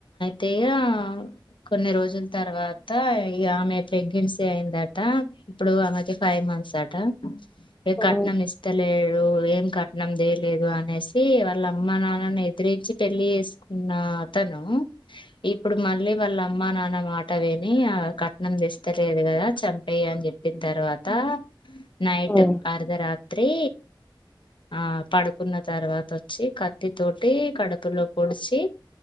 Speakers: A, on the left; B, on the left.
A: తేగా కొన్ని రోజుల్ తర్వాత ఇగ ఆమె ప్రెగ్నెన్సీ అయిందట ఇప్పుడు ఆమెకీ ఫైవ్ మంత్స్ అట ఏ
B: ఉమ్
A: కట్నమిస్తలే
B: ఉమ్
A: రూ ఏం కట్నందేలేదు అనేసి వాళ్ళ అమ్మ నాన్నని ఎదిరించి పెళ్లి చేసుకున్నా అతనూ ఇప్పుడు మళ్ళీ వాళ్ళమ్మా నాన్న మాట వినీ ఆ కట్నం దెస్ తలేద్ గదా చంపేయ్యన్ జెప్పిన్ తర్వాతా నైట్
B: ఉమ్
A: అర్ధరా త్రి ఆ పడుకున్న తర్వాత వచ్చి కత్తి తోటి కడుపులో పొడిచి